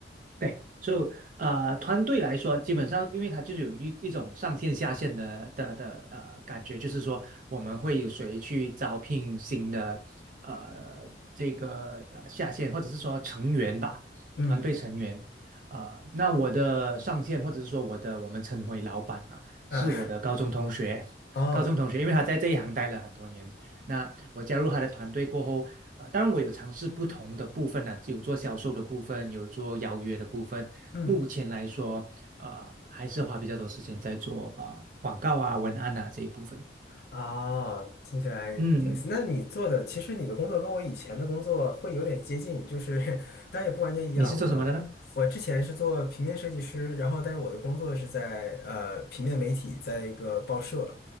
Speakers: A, on the right (about 50°); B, on the left (about 60°).
A: 对，就、呃，团队来说，基本上因为它就是有一一种上线下线的的的呃感觉，就是说我们会有谁去招聘新的呃这个呃下线，或者是说成员吧，
B: 嗯，
A: 团队成员。呃，那我的上线或者是说我的我们称为老板啊，
B: 啊，
A: 是我的高中同学，
B: <laughs> 哦，
A: 高中同学，因为他在这一行待了很多年，那我加入他的团队过后，呃，当然我有尝试不同的部分呢、有做销售的部分，有做邀约的部分。
B: 嗯。
A: 目前来说，呃，还是花比较多时间在做啊、呃广告啊、文案啊这一部分。
B: 啊，听起来挺有意思。
A: 嗯，
B: 那你做的，其实你的工作跟我以前的工作会有点接近，就是 <laughs> 当然也不完全一样。
A: 你是做什么的呢？
B: 我我之前是做平面设计师，然后但是我的工作是在呃平面媒体，在一个报社，